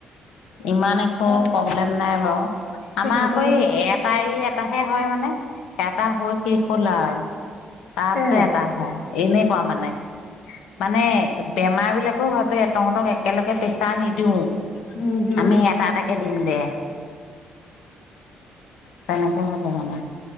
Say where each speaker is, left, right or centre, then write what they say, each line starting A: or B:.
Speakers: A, on the left; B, on the left.
A: ইমান একো
B: এ
A: প্ৰব্লেম নাই। <unintelligible> আমাৰ
B: তেখেতক
A: আকৌ এই এটা এৰি এট টাহে হয়, মানে এটা হৈ শেষ হ'ল আৰু তাৰ পিছত
B: এ
A: এটা হয়। এনেকোৱা মানে। মানে বেমাৰ বিলাক ভাবে তহঁতক একেলগে পেছাৰ নিদিওঁ।
B: নিদো
A: আমি এটা, এটাকে দিম দে। তেনেকে ভাবে মানে।